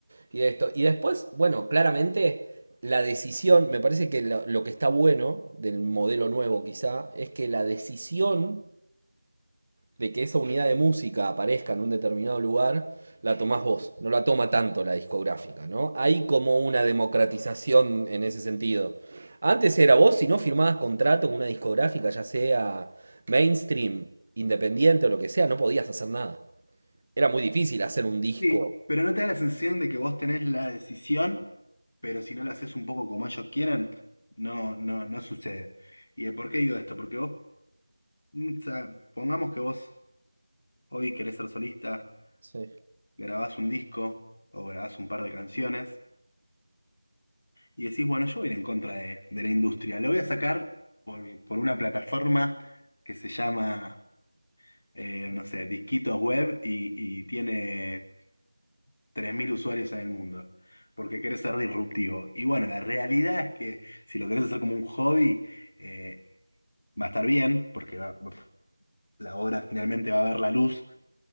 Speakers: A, on the right; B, on the left.
A: y de esto. Y después, bueno, claramente la decisión, me parece que lo, lo que está bueno del modelo nuevo quizá, es que la decisión de que esa unidad de música aparezca en un determinado lugar, la tomás vos, no la toma tanto la discográfica, ¿no? Hay como una democratización en ese sentido. Antes era vos, si no firmabas contrato con una discográfica, ya sea mainstream, independiente o lo que sea, no podías hacer nada. Era muy difícil hacer un disco.
B: sí, pero no te da la sensación de que vos tenés la decisión, pero si no la haces un poco como ellos quieren, no, no, no sucede. ¿Y de por qué digo esto? Porque vos, mm, o sea, pongamos que vos Hoy querés ser solista,
A: Sí.
B: grabás un disco o grabás un par de canciones y decís, bueno, yo voy a ir en contra de, de la industria. Lo voy a sacar por, por una plataforma que se llama, eh, no sé, Disquitos Web y, y tiene 3.000 usuarios en el mundo, porque querés ser disruptivo. Y bueno, la realidad es que si lo querés hacer como un hobby, eh, va a estar bien, porque va- la obra finalmente va a ver la luz